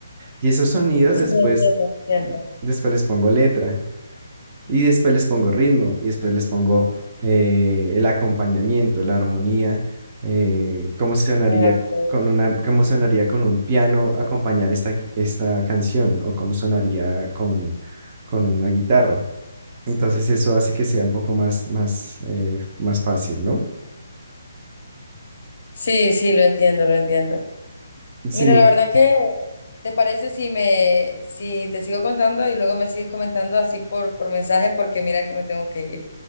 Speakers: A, on the right (about 25°); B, on the left (about 55°).
A: y esos sonidos
B: Sí,
A: después,
B: lo entiendo, lo
A: eh,
B: entiendo.
A: después les pongo letra. Y después les pongo ritmo, y después les pongo eh, el acompañamiento, la armonía, eh, cómo sonaría
B: Ah, ok.
A: con una, cómo sonaría con un piano acompañar esta, gui- esta canción, o cómo sonaría con, con una guitarra. Entonces eso hace que sea un poco más, más, eh, más fácil, ¿no?
B: Sí, sí, lo entiendo, lo entiendo.
A: Sí,
B: Mira, la verdad que, ¿te parece si me, si te sigo contando y luego me sigues comentando así por, por mensaje? Porque mira que me tengo que ir.